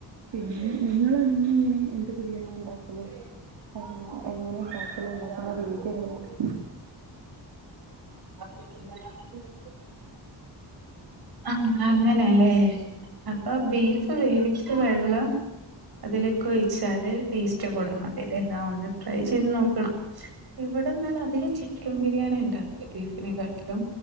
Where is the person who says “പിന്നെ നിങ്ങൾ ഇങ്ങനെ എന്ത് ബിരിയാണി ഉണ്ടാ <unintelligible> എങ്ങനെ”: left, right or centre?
Right